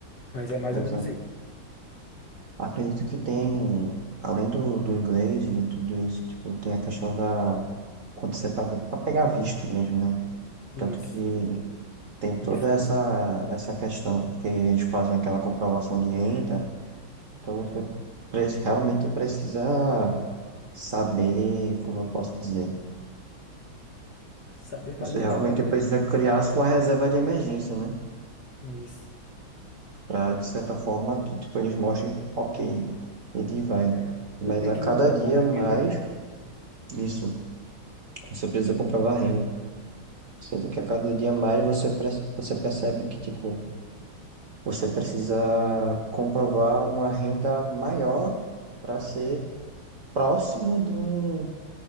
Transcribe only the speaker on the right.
Exato.
Acredito que tem, além do, do inglês e de tudo isso, tipo, tem a questão da, quando você para pegar visto mesmo, né?
Tanto que Tem toda
essa, essa questão, porque eles fazem aquela comprovação de renda, então você pre- realmente precisa saber, como eu posso dizer,
você
realmente
precisa criar a sua reserva de emergência, né?
Para, de certa forma, que tipo, eles mostrem, ok, ele vai.
Mas
a
cada
dia
mais,
isso, você precisa comprovar a renda. Sendo que a cada dia mais você, perce- você percebe que, tipo, você precisa comprovar uma renda maior para ser próximo de um,